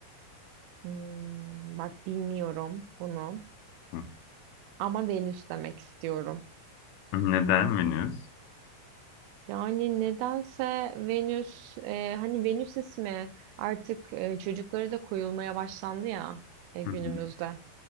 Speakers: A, on the right; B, on the left.
A: Hmm, bak bilmiyorum bunu
B: Hı.
A: ama Venüs demek istiyorum.
B: Neden Venüs?
A: Yani nedense Venüs, e, hani Venüs ismi artık e, çocuklara da koyulmaya başlandı ya e, günümüzde.
B: Hı hı.